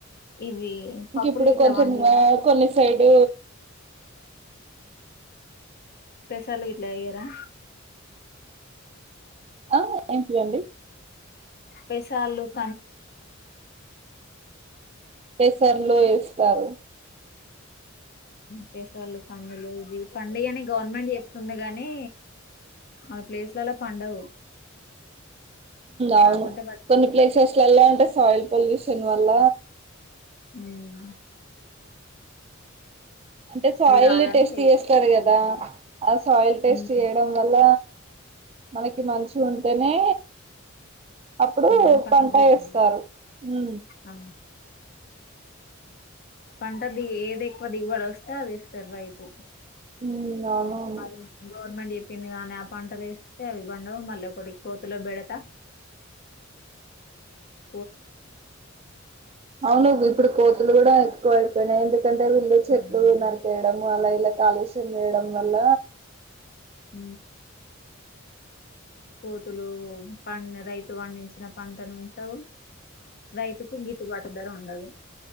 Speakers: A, on the left; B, on the right.
A: ఇవి
B: ఇంక
A: పప్పులు
B: ఇప్పుడు
A: ఇట్లా
B: కొంచం
A: వండియరా
B: కొన్ని సైడ్
A: పేసలు ఇట్లయ్యరా
B: ఆ ఏంటి అండి
A: పైసాలు ఆలు
B: పెసలు వేస్తారు
A: పెసలు కందులు ఇది పండించండి అని గవర్నమెంట్ చెప్తుంది గాని మన ప్లేస్లలో పండవు
B: అవును
A: కాకుంటే వాటికి
B: కొన్ని ప్లేసెస్ లో ఎళ్లా ఉంటే సయిల్ పొల్యూషన్ వల్ళ
A: అ
B: అంటే సాయిల్
A: రాదని
B: టెస్ట్
A: వేయకూడదు.
B: చేస్తారు కదా ఆ సాయిల్ టెస్ట్
A: ఉమ్
B: చేయడం వల్ల మనకి మంచి ఉంటేనే అప్పుడు
A: ఉమ్
B: పంట
A: దిగుబడి
B: వేస్తారు హ
A: ఆ పంట ది ఏది ఎక్కువ దిగుబడి వస్తే అది ఏస్తారు రైతు
B: ఉమ్, అవునవును
A: అదే గవర్నమెంట్ చేపింగాని ఆ పంటలు వేస్తే అవి పండవు మళ్ళీ ఒకటి కోతులో బెడతా అ
B: అవును ఇప్పుడు కోతులు కూడా ఎక్కువ అైపోయినాయి ఎందుకంటే వీళ్ళు చెట్లు
A: ఉమ్
B: నరికేయడం అలా ఇలా కాలుష్యం వేయడం వల్ల
A: హ కోతులు ప రైతు పండించిన పంటను ఉంచవు రైతుకు గిట్టుబాటు ధర ఉండదు